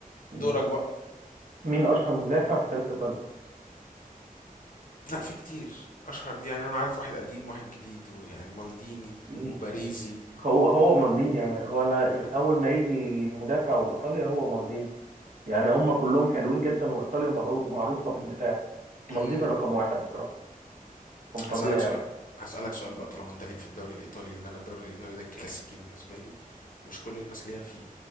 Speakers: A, on the right; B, on the left.
A: م.
B: دورك بقى
A: مين أشهر مدافع في تاريخ إيطاليا؟
B: لا في كتير اشهر دي يعني انا عارف واحد قديم واحد جديد ويعني مالديني
A: ي-
B: وباريزي
A: هو هو مالديني يعني هو أنا
B: ما...
A: أول ما يجي مدافع وإيطاليا هو مالديني يعني هم كلهم حلوين جدا وإيطاليا معرو- معروفة بالدفاع مالديني
B: مم.
A: رقم واحد بصراحة كان فظيع
B: هسألك سؤال
A: يعني
B: هسألك سؤال بقى طالما انت ليك في الدوري الايطالي لان انا الدوري الايطالي ده الكلاسيكي بالنسبة لي ومش كل الناس ليها فيه